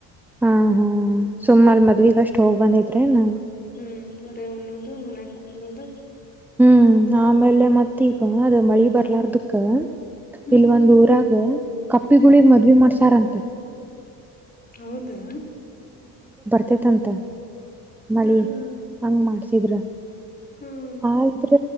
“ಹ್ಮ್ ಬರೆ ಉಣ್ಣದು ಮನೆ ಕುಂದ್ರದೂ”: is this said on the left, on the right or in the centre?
Left